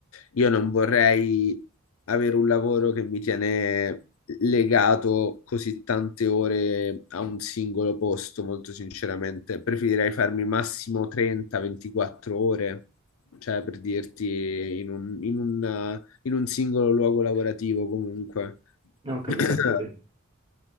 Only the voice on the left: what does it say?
io non vorrei avere un lavoro che mi tiene legato così tante ore a un singolo posto, molto sinceramente. Preferirei farmi massimo 30-24 ore, cioè per dirti in un, in un, in un singolo luogo lavorativo comunque.
<clears throat>